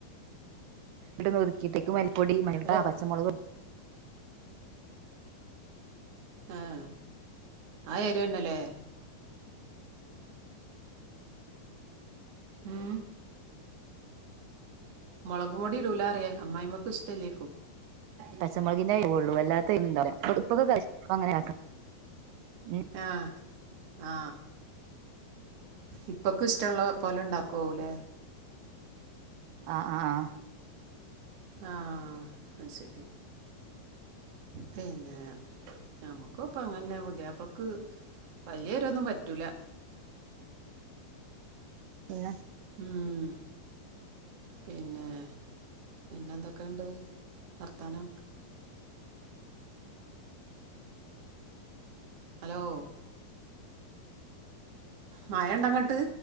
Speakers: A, on the right; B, on the right.
A: ഇവിടെ ഒതുക്കിട്ടേക്ക് മല്ലിപ്പൊടി മൈദ
B: അല്ലെ
A: പച്ചമുളകും
B: ആഹ ആ ഏരുന്നല്ലേ ഉം മുളക് പൊടി ഇടൂലറിയ അമ്മായിമ്മക്ക ഇഷ്ടല്ലേക്കും
A: പച്ചമുളകിന്റെ ഉള്ളു വല്ലാത്ത ഇപ്പൊക്കെ അങ്ങനെ ഉം
B: ആ ആ ഉപ്പാക്ക് ഇഷ്ടമുള്ള പോലെ ഉണ്ടാക്കല്ലേ
A: ആഹ് ആഹ്
B: ആഹ് ശരി പിന്നെ നമക്കും അങ്ങനെ പുതിയപ്പൾക്ക് വല്യരൊന്നും പറ്റൂല
A: പിന്നെ
B: ഉം പിന്നെ ഏ പിന്നെ എന്തൊക്കെയുണ്ട് വർത്താനം ഹലോ മഴ ഉണ്ടങ്ങട്ട്